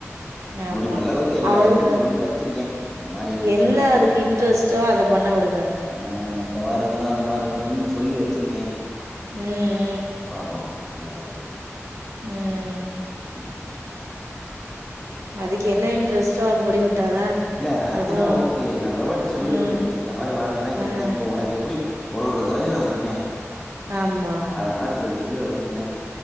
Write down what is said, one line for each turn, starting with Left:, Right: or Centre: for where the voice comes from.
Right: ஆமா
Centre: முடிஞ்ச அளவுக்கு எல்லா
Right: அவளுக்கு
Centre: விஷயத்தையு சொல்லி வச்சிருக்கே இந்த மாதிரி இருக்கணு
Right: என்ன
Centre: அந்த மாதிரி
Right: அதுக்கு
Centre: இருக்கணு
Right: இன்ட்ரெஸ்ட்டோ அத பண்ண விடுங்க
Centre: ஆ இந்த மாரி இருக்கணு அ அந்த மாரி இருக்கணுனு சொல்லி வச்சிருக்கே
Right: ம்
Centre: பாப்போ என்ன நடக்
Right: ம்
Centre: ம்
Right: அதுக்கு என்ன இன்ட்ரெஸ்ட்டோ அது படி விட்டாதா
Centre: இல்ல அதுனா
Right: அதுவு
Centre: ஓக்கே நா வெவரத்த சொல்லி
Right: ம்
Centre: வச்சுருக்கே இந்த மாரி வாழ்க்கனா இப்படித்தே
Right: ம்
Centre: இப்ப ஒனக்கு எப்படி ஒரொரு தடவயு நா சொன்னே
Right: ஆமா
Centre: அது மாரி சொல்லி சொல்லி வச்சிருக்கே